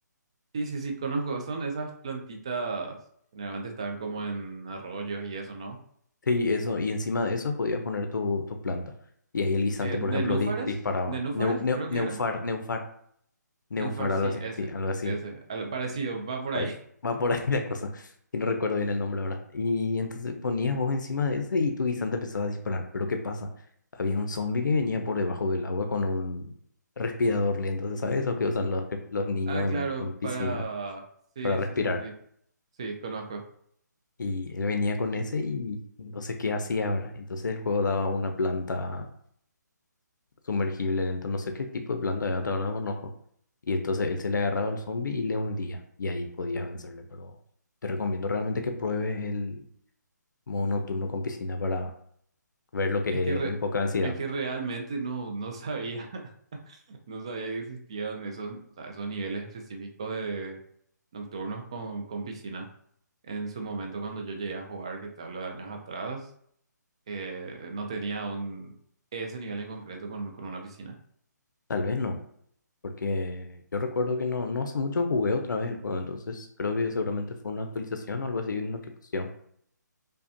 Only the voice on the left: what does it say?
Sí, eso, y encima de eso podías poner tu, tu planta. Y ahí el guisante,
por
ejemplo,
di- disparaba.
Neu- neu-
neufar,
neufar, neufar,
algo así.
Sí, algo así.
Par-
Va por <laughs> ahí la cosa. Y no recuerdo bien el nombre ahora. Y entonces ponías vos encima de ese y tu guisante empezaba a disparar. Pero ¿qué pasa? Había un zombie que venía por debajo del agua con un respirador lento. Entonces, ¿sabes? Esos que usan los, que- los niños
en, en piscina
para respirar.
Y él venía con ese y no sé qué hacía, ¿verdad? Entonces el juego daba una planta sumergible entonces no sé qué tipo de planta era, ahora no conozco. Y entonces él se le agarraba al zombie y le hundía, y ahí podías vencerle, pero te recomiendo realmente que pruebes el modo nocturno con piscina para ver lo que
es un poco de ansiedad.
Tal vez no, porque yo recuerdo que no, no hace mucho jugué otra vez el juego, entonces creo que seguramente fue una actualización o algo así en lo que pusieron.